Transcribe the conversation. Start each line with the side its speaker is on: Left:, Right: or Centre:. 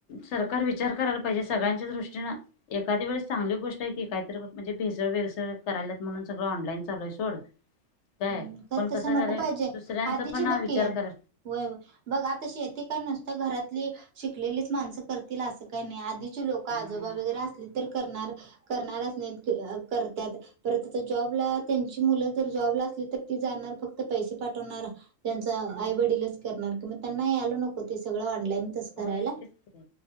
Left: सरकार वि विचार करायला पाहिजे सगळ्यांच्या दृष्टीनें एखादी वेळेस चांगली गोष्ट आहेे की काहीतर म्हणजे भेसळ बेसळ करा यल्यात म्हणून सगळं ऑनलाईन चालू आहे सोड काय
Right: खरं
Left: पण
Right: तसं
Left: कसं झालंय
Right: नको पाहिजे
Left: दुसऱ्यांचा
Right: आधीची
Left: पण
Right: बघ
Left: विचार
Right: की
Left: करा
Right: होय बघ आता शेती काय नुसतं घरात ली शिकलेलीच माणसं करतील असं काही नाही आधीची लोकं
Left: हम्म
Right: आजोबा वगैरे असली तर करणार करणारच नाहीत अ करत्यात परत आता जॉबला त्यांची मुलं जर जॉबला असली तर ती जाणार फक्त पैसे पाठवणार त्यांचा
Left: हम्म
Right: आईवडीलच करणार मग त्यांना यायला नको ते सगळं ऑनलाईन तसं
Left: होय
Right: करायला?
Left: तेच की